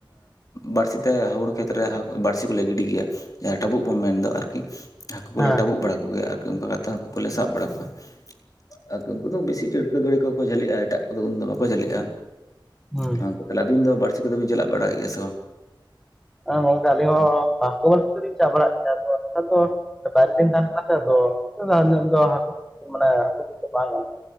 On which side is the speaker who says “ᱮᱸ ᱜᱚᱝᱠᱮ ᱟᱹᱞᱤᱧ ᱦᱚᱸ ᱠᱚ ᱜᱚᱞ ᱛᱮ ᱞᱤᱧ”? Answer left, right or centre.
Centre